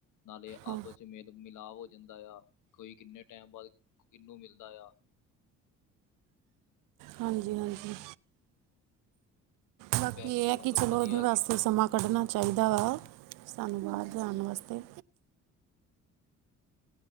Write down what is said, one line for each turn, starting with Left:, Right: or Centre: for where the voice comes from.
Left: ਨਾਲੇ
Right: ਹਾਂ
Left: ਆਪਸ 'ਚ, ਮੇਲ ਮਿਲਾਪ ਹੋ ਜਾਂਦਾ ਆ, ਕੋਈ ਕਿੰਨੇ ਟਾਈਮ ਬਾਅਦ ਕਿੰਨੂੰ ਮਿਲਦਾ ਆ।
Right: ਹਾਂਜੀ- ਹਾਂਜੀ। ਬਾਕੀ
Left: ਬੈਸਟ
Right: ਇਹ ਹੈ
Left: ਮਤਲਬ
Right: ਕਿ, ਚਲੋ
Left: ਵਧੀਆ
Right: ਉਹਦੇ ਵਾਸਤੇ
Left: ਗੇਮ
Right: ਸਮਾਂ ਕੱਢਣਾ ਚਾਹੀਦਾ ਵਾ, ਸਾਨੂੰ ਬਾਹਰ
Left: ਹਾਂਜੀ
Right: ਜਾਣ ਵਾਸਤੇ